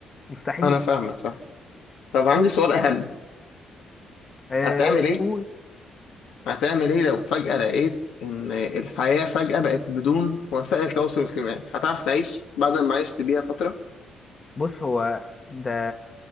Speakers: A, on the left; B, on the left.
A: مستحيل
B: أنا فاهمك فاهم طب عندي سؤال أهم
A: إيه
B: هتعمل إيه؟
A: قول
B: هتعمل إيه لو فجأة لقيت إن الحياة فجأة بقت بدون وسائل تواصل اجتماعي هتعرف تعيش بعد ما عشت بيها فترة؟
A: بص هو ده